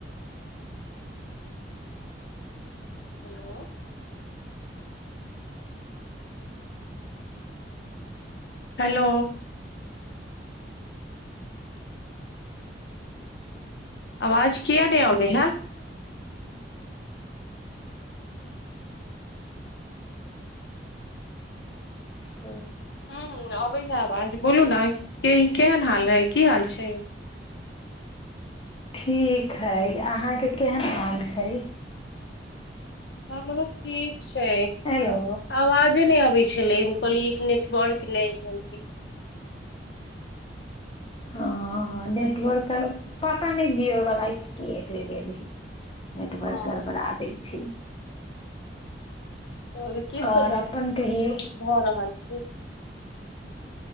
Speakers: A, on the left; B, on the left.
A: हेलो हेलो आवाज किया न होबमे है
B: हो
A: ह अबै ह आवाज बोलू ने केहन हाल है की हाल छै।
B: ठीक हइ अहाँके केहन हाल छै
A: हँ मम ठीक छै
B: हेलो
A: आवाजे नहि अबै छल लैम कहली नेटवर्क नहि हो
B: हँ नेटवर्क पता नहि जियोवला के होय गेल ही नेटवर्क
A: ओ
B: गड़बड़ा दै छै।
A: तऽ अभी कीसभ
B: आओर अपन कहियौ
A: भऽ रहल छै